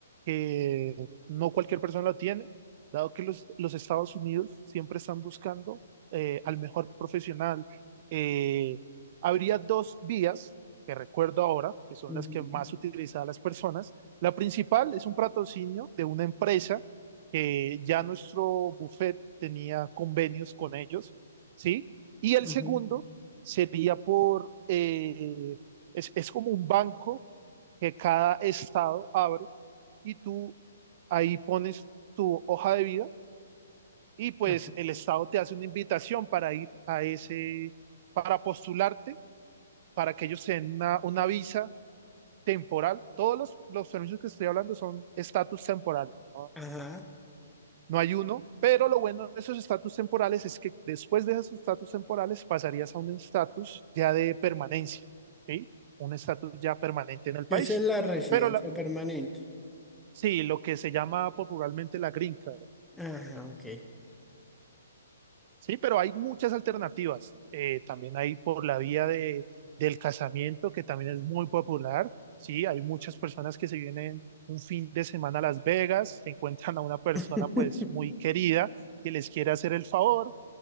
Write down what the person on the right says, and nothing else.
que no cualquier persona lo tiene, dado que los, los Estados Unidos siempre están buscando eh, al mejor profesional. Eh, habría dos vías que recuerdo ahora, que son
las que más utilizan las personas. La principal es un patrocinio de una empresa que ya nuestro buffet tenía convenios con ellos, ¿sí? Y el
segundo sería por, eh, es, es como un banco que cada estado abre y tú ahí pones tu hoja de vida y pues
el estado te hace una invitación para ir a ese, para postularte, para que ellos te den una, una visa temporal. Todos los, los permisos que estoy hablando son estatus temporales, no,
no hay uno, pero lo bueno de esos estatus temporales es que después de esos estatus temporales pasarías a un estatus ya de permanencia, ¿sí? Un estatus ya permanente en el país.
Pero la-
sí, lo que se llama popularmente la green card,
¿sí? Pero hay muchas alternativas. Eh, también hay por la vía de, del casamiento, que también es muy popular, ¿sí? Hay muchas personas que se vienen un fin de semana a Las Vegas, encuentran a una persona
pues muy querida que les quiere hacer el favor